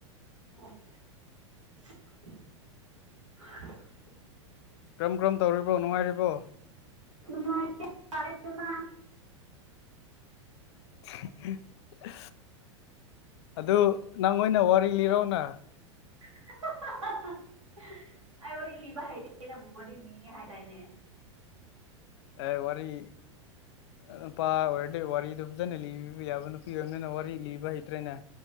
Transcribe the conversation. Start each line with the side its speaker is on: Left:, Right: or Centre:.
Right: ꯑꯣ꯫
Left: ꯀꯔꯝ ꯀꯔꯝ ꯇꯧꯔꯤꯕꯣ ꯅꯨꯡꯉꯥꯏꯔꯤꯕꯣ꯫
Right: ꯅꯨꯡꯉꯥꯏꯔꯤ ꯍꯥꯏꯇꯥꯔꯦꯗ꯫
Left: <unintelligible> ꯑꯗꯨ ꯅꯪ ꯑꫭꯏꯅ ꯋꯥꯔꯤ ꯂꯤꯔꯧꯅꯥ꯫
Right: <unintelligible> ꯑꯩ ꯋꯥꯔꯤ ꯂꯤꯕ ꯍꯩꯇꯦ ꯅꯪꯕꯨ ꯂꯤꯅꯤ ꯍꯥꯏꯗꯥꯏꯅꯦ꯫
Left: ꯑꯩ ꯋꯥꯔꯤ ꯅꯨꯄꯥ ꯑꯣꯏꯔꯗꯤ ꯋꯥꯔꯤꯗꫭ ꯐꯖꯅ ꯂꯤꯕꯤꯕ ꯌꯥꯕ ꯅꯨꯄꯤ ꯑꯣꯏꯕꯅꯤꯅ ꯋꯥꯔꯤ ꯂꯤꯕ ꯍꯩꯇ꯭ꯔꯦꯅꯦ꯫